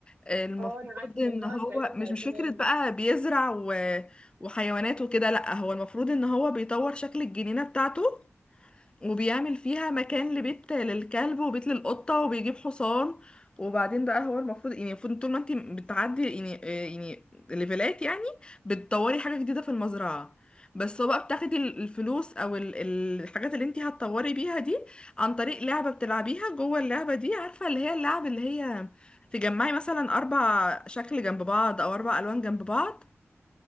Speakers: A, on the left; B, on the right.
A: المفروض
B: اه انا عارفه
A: ان
B: المزرعه
A: هو
B: السعيده بتاعت
A: مش مش
B: زمان
A: فكرة بقى بيزرع و... وحيوانات وكده لا هو المفروض ان هو بيطور شكل الجنينة بتاعته وبيعمل فيها مكان لبيت للكلب وبيت للقطة وبيجيب حصان وبعدين بقى هو المفروض يعني المفروض طول ما انت بتعدي يعني آه، يعني ليفلات يعني بتطوري حاجة جديدة في المزرعة بس هو بقى بتاخدي ال- الفلوس او ال- ال- الحاجات اللي انت هتطوري بيها دي عن طريق لعبة بتلعبيها جوه اللعبة دي عارفة اللي هي اللعب اللي هي تجمعي مثلا اربع شكل جنب بعض او اربع الوان جنب بعض